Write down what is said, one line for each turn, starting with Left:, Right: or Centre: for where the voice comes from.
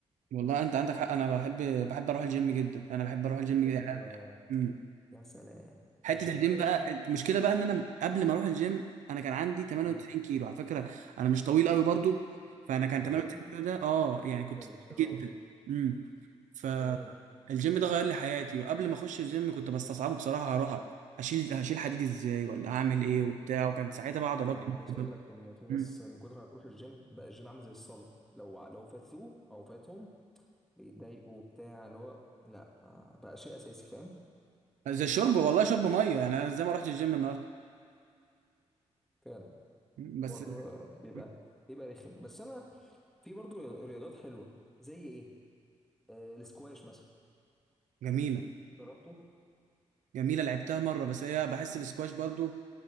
Right: والله انت عندك حق انا بحب بحب اروح الجيم جدا انا بحب اروح الجيم
Centre: ايوه
Right: جدا يعني مم.
Centre: يا سلام
Right: حته
Centre: الجيم
Right: الجيم
Centre: ده يا
Right: بقى
Centre: باشا
Right: المشكله بقى ان انا قبل ما اروح الجيم انا كان عندي 98
Centre: مم.
Right: كيلو على فكره انا مش طويل قوي برضو فانا كان
Centre: الدرجه
Right: 98
Centre: دي
Right: كيلو ده اه يعني كنت
Centre: حلو
Right: تقيل
Centre: حلو قوي
Right: جدا امم ف
Centre: تمام
Right: الجيم ده غير لي حياتي وقبل ما اخش الجيم كنت بستصعبه بصراحه هروح هشيل هشيل حديد ازاي ولا هعمل ايه وبتاع وكان ساعتها بقى عضلات
Centre: انا
Right: <laughs>
Centre: عايز اقول لك ان في ناس
Right: مم.
Centre: من كتر ما بتروح الجيم بقى الجيم عامل زي الصلاه لو لو فاتوه او فاتهم بيتضايقوا بتاع اللي هو لا ما بقى شيء اساسي فاهم
Right: زي الشرب والله شرب ميه يعني انا زي ما رحت الجيم النهارده
Centre: فعلا
Right: مم.
Centre: حوار
Right: بس
Centre: آه، بيبقى
Right: مم.
Centre: بيبقى رخم بس انا في برضو رياضات حلوه زي ايه آه، السكواش مثلا
Right: جميله
Centre: جربته
Right: جميله لعبتها مره بس هي بحس الاسكواش برضو